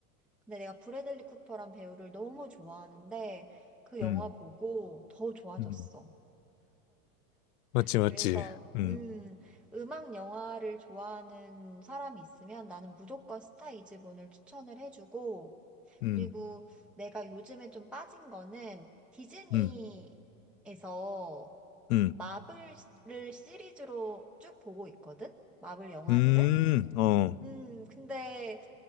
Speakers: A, in the centre; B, on the left (about 80°).
A: 근데 내가 브래들리 쿠퍼란 배우를 너무 좋아하는데 그 영화
B: 음.
A: 보고 더 좋아졌어.
B: 음. 맞지 맞지.
A: 그래서
B: 음.
A: 음, 음악 영화를 좋아하는 사람이 있으면 나는 무조건 스타 이즈본을 추천을 해주고
B: 음.
A: 그리고 내가 요즘에 좀 빠진 거는 디즈니에서
B: 음. 음,
A: 마블을 시리즈로 쭉 보고 있거든? 마블 영화들을?
B: 음, 어,
A: 음, 근데